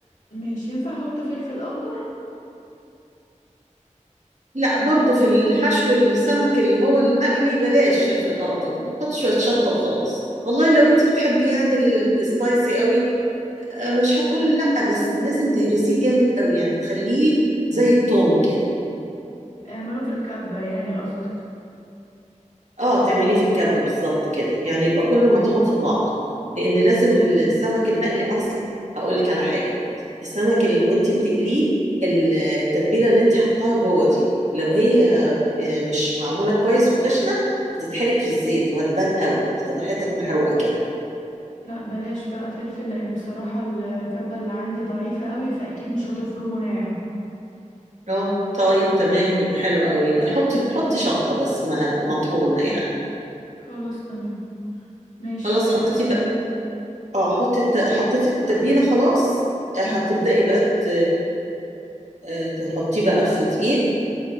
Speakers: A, on the left; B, on the right.
A: ماشي ينفع أحط فلفل أخضر
B: لا برضو في الحشو السمك اللي هو المقلي بلاش فلفل اخضر حط شوية شطة وخلاص والله لو انت بتحبي يعني السبايسي قوي مش هتقول لأ بس لازم تهرسيه جامد قوي يعني تخليه زي التوم كده
A: اعمله في الكبة يعني قصدك
B: اه تعمليه في الكبة بالظبط كده يعني يبقى كله مطحون في بعضه لأن لازم السمك المقلي أصلي هقولك على حاجة السمك
A: م.
B: ال... وانت بتقليه ال- التتبيلة اللي انت حطاها جوه دي لو هي آه، مش معمولة كويس وخشنة هتتحرق في الزيت وهتبان قوي هتبقى حتت محروقة كده
A: لا بلاش بقى فلفل لأن بصراحة الكبة اللي عندي ضعيفة قوي فأكيد مش هتفرمه ناعم
B: اه طيب تمام يبقى حلو قوي يبقى حطي حطي شطة بس ما مطحونة يعني
A: خلاص تمام ماشي
B: خلاص
A: وبعد
B: حطيتي
A: كده
B: بقى اه حطي الت... حطيتي التتبيله خلاص آه،
A: م.
B: هتبداي بقى ت... آه، تحطيه بقى في دقيق